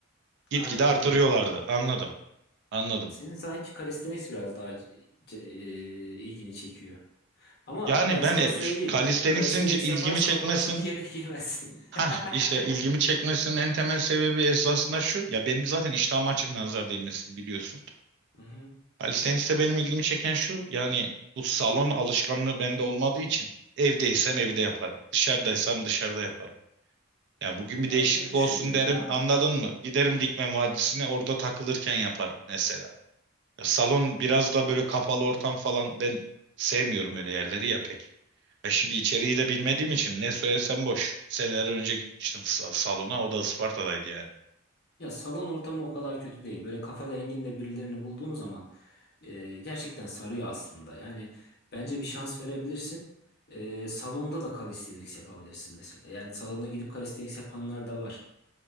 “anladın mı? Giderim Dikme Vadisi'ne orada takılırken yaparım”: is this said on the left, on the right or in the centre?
Right